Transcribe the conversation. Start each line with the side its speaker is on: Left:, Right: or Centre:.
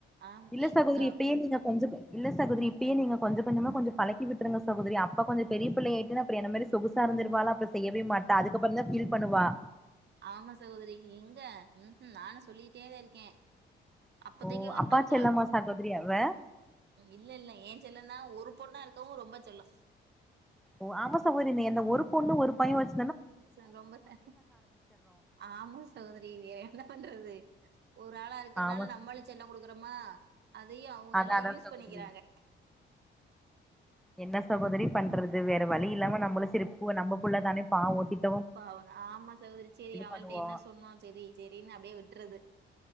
Right: ஆம்
Centre: இல்ல
Right: எங்கா
Centre: சகோரி இப்பயே
Right: க
Centre: நீங்க கொஞ்ச இல்ல சகோதரி இப்பே நீங்க கொஞ்ச கொஞ்சமா கொஞ்சம் பழக்கி விட்டுருங்க சகோதரி அப்பா கொஞம் பெரியிள்ளையாகிட்டு அப்புற என்ன மெரி சொகுசா இருந்துருப்பால செய்யவே மாட்டே அதுக்கப்புறம் தான் ஃபீல் பண்ணுவா
Right: ஆமா சகோதரி எங்க ம்ம் நானும் சொல்லிட்டேதான் இருக்கேன் அப்பதக்க
Centre: ஓ
Right: மட்டும்
Centre: அப்பா செல்லமா சகோதரி அவ
Right: இல்ல இல்ல ஏன் செல்ல னா ஒரு பொண்ணா இருக்கவு ரொம்ப செல்லோ
Centre: ஓ ஆமா சகோதிரி நீ எந்த ஒரு பொண்ணு ஒரு பைய வச்
Right: ச ரொம்ப ச ஆமா சகோதரி வேற என்ன பண்றது ஒரு ஆளா இருக்கற்னால
Centre: ஆமா
Right: நம்மலு செல்லம் கொடுக்க றம்மா அதயு அவுங்க
Centre: அதா
Right: நல்லா
Centre: அதா
Right: யூஸ்
Centre: சகோதரி
Right: பண்ணிக்கிறாங்க
Centre: என்ன சகோதரி பண்றது வேற வலி இல்லாம நம்பலு சிரிப்பு நம்ம புள்ள தான பாவோ திட்
Right: பா அவன ஆமா சகோதரி சேரி அவள்ட
Centre: பண்ணுவோ
Right: என்ன சொன்னோ சேரி சேரின்னு அப்டே விட்றது